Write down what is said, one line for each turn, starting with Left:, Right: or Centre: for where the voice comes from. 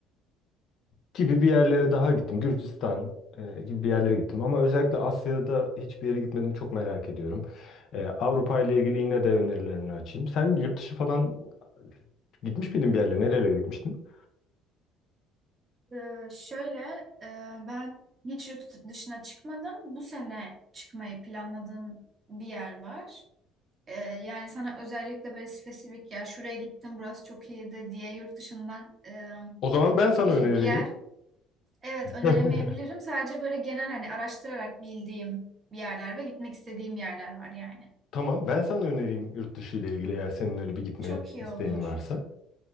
Left: gibi bir yerlere daha gittim. Gürcistan e, gibi bir yerlere gittim. Ama özellikle Asya'da hiçbir yere gitmedim. Çok merak ediyorum. E, Avrupa ile ilgili yine de önerilerini açayım. Sen yurt dışı falan gitmiş miydin bir yerlere? Nerelere gitmiştin?
Right: Ee, şöyle, e, ben hiç yurt dışına çıkmadım. Bu sene çıkmayı planladığım bir yer var. Ee, yani sana özellikle böyle spesifik ya şuraya gittim, burası çok iyiydi diye yurt dışından e,
Left: O zaman ben sana
Right: bir,
Left: öneri
Right: bir yer
Left: vereyim.
Right: evet
Left: <laughs>
Right: öneremeyebilirim. Sadece böyle genel hani araştırarak bildiğim bir yerler ve gitmek istediğim yerler var yani.
Left: Tamam, ben sana önereyim yurt dışı ile ilgili eğer senin öyle bir gitme
Right: Çok iyi
Left: isteğin
Right: olur.
Left: varsa.